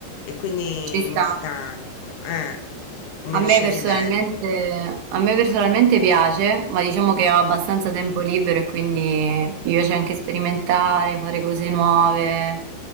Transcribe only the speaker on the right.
Ci sta.
A
me personalmente,
a me personalmente piace, ma diciamo che ho abbastanza tempo libero e quindi mi piace anche sperimentare, fare cose nuove.